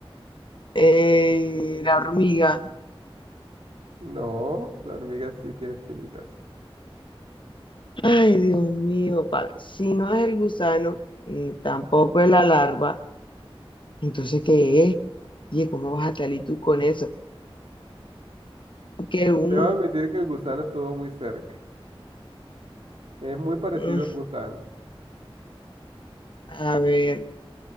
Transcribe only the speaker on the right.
No, la hormiga sí tiene espinitas.
Debo admitir que el gusano estuvo muy cerca. Es muy parecido
a un gusano.